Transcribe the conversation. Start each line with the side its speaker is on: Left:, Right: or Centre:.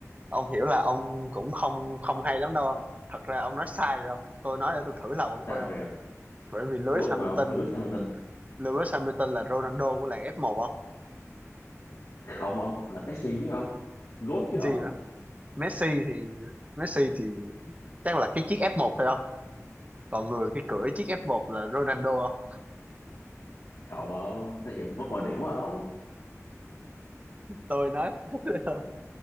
Right: Ông hiểu là ông cũng không không hay lắm đâu không? Thật ra ông nói sai rồi ông. Tôi nói để tôi thử lòng ông
Left: Sao
Right: thôi ông.
Left: vậy ông?
Right: Bởi vì Lewis
Left: GOAT
Right: Hamilton,
Left: mà ông, Lewis Hamilton.
Right: Lewis Hamilton là Ronaldo của làng F1 không?
Left: Không ông, là Messi chứ ông. GOAT chứ
Right: Gì
Left: ông.
Right: đó. Messi thì Messi thì chắc là cái chiếc F1 phải không? Còn người cái cưỡi chiếc F1 là Ronaldo không?
Left: Không ông, nó vậy mất mọi điểm quá ông.
Right: Tôi nói <laughs> thế thôi không?